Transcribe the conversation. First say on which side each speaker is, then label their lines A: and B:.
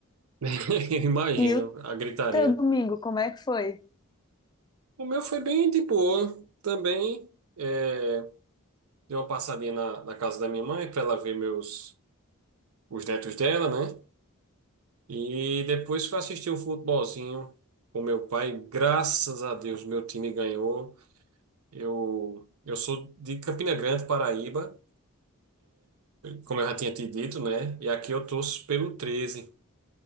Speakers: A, on the right; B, on the left.
A: <laughs> Eu imagino
B: E o
A: a gritaria.
B: teu domingo, como é que foi?
A: O meu foi bem de boa também. É, dei uma passadinha na, na casa da minha mãe para ela ver meus os netos dela, né? E depois fui assistir um futebolzinho com meu pai. Graças a Deus, meu time ganhou. Eu, eu sou de Campina Grande, Paraíba, como eu já tinha te dito, né? E aqui eu torço pelo 13,